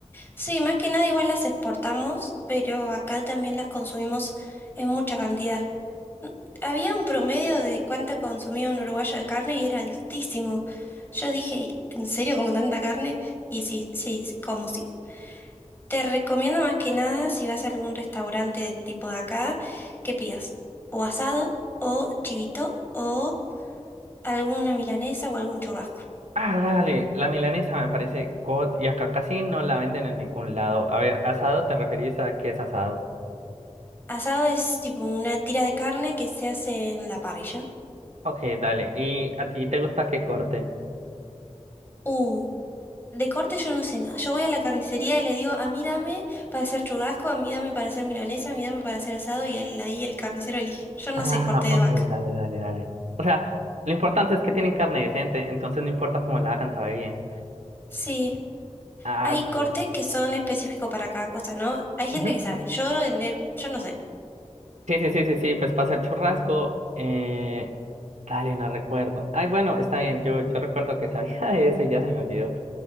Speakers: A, on the left (about 20°); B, on the right (about 80°).
A: sí, más que nada igual las exportamos, pero acá también las consumimos en mucha cantidad. Había un promedio de cuánto consumía un uruguayo de carne y era altísimo. Yo dije, ¿en serio como tanta carne? Y sí, sí, sí, como sí. Te recomiendo más que nada si vas a algún restaurante de tipo de acá, que pidas o asado o chivito o alguna milanesa o algún churrasco.
B: Ah, dale, la milanesa me parece god y acá casi no la venden en ningún lado. A ver, asado, ¿te referís a qué es asado?
A: Asado es tipo una tira de carne que se hace en la parrilla.
B: Ok, dale. ¿Y a ti te gusta qué corte?
A: Uh, De corte yo no sé nada. Yo voy a la carnicería y le digo, a mí dame para hacer churrasco, a mí dame para hacer milanesa, a mí dame para hacer asado y él ahí el carnicero elige. Yo no
B: Ah,
A: sé corte de
B: ok,
A: vaca.
B: dale, dale, dale. O sea, lo importante es que tienen carne decente, entonces no importa cómo la hagan, sabe bien.
A: Sí,
B: Ah,
A: hay cortes
B: qué
A: que son específicos para cada cosa, ¿no? Hay gente
B: bien.
A: que sabe. Yo no, en- yo no sé.
B: Sí, sí, sí, sí, sí, pues pasa el churrasco. Eh, dale, no recuerdo. Ay, bueno, está bien, yo, yo recuerdo que sabía <laughs> de eso y ya se me olvidó.